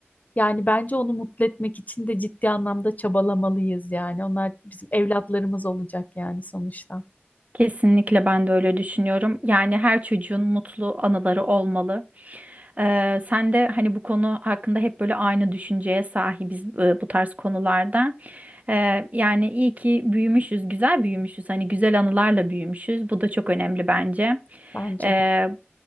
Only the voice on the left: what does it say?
yani bence onu mutlu etmek için de ciddi anlamda çabalamalıyız yani. Onlar bizim evlatlarımız olacak yani sonuçta.
Bence
de.